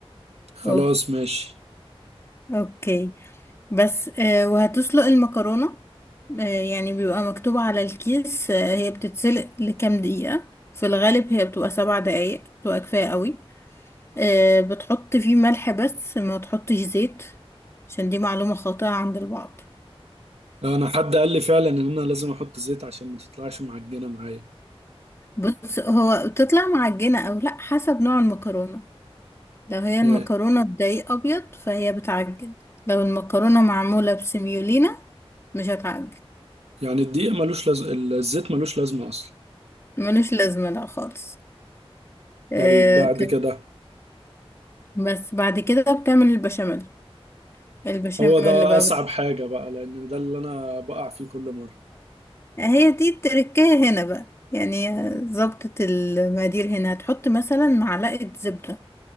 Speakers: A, on the right; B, on the left.
A: خلاص
B: أوك-
A: ماشي
B: اوكي بس آه، وهتسلق المكرونة آه، يعني بيبقى مكتوب على الكيس آه، هي بتتسلق لكام دقيقة في الغالب هي بتبقى سبع دقايق بتبقى كفاية قوي آه، بتحط فيه ملح بس ما تحطش زيت عشان دي معلومة خاطئة عند البعض
A: انا حد قال لي فعلا ان انا لازم احط زيت عشان ما تطلعش معجنه معايا
B: بص هو بتطلع معجنة او لا حسب نوع المكرونة لو هي المكرونة
A: يعني
B: بدقيق ابيض فهي بتعجن لو المكرونة معمولة بسميولينا مش هتعجن
A: يعني الدقيق ملوش لازم الزيت ملوش لازمه اصلا
B: ملوش لازمة لا خالص آه،
A: طيب بعد كده
B: بس بعد كده بتعمل البشاميل البشاميل
A: هو ده
B: اللي بقى
A: أصعب
B: بت...
A: حاجة بقى لأن ده اللي أنا بقع فيه كل مرة
B: هي دي التركاية هنا بقى يعني
A: مم.
B: ظبطة المقادير هنا هتحط مثلا معلقة زبدة